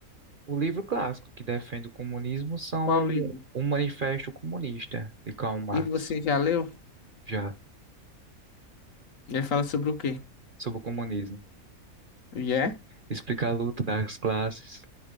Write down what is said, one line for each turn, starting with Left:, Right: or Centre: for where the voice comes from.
Right: o livro clássico que defende o comunismo são
Left: Qual livro?
Right: o Manifesto Comunista de Karl Marx,
Left: E você já leu?
Right: já,
Left: Ele fala sobre o quê?
Right: sobre o comunismo.
Left: E é
Right: Explica a luta das classes,